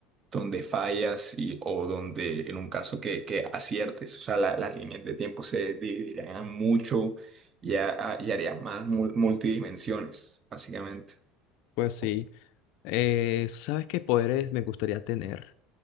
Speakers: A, on the right; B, on the left.
A: donde fallas y, o donde en un caso que, que aciertes, o sea, la- las líneas de tiempo se dividirían mucho y, ha- y harías más mul- multidimensiones, básicamente.
B: Pues sí.
A: O-
B: Eh, ¿sabes qué poderes me gustaría tener?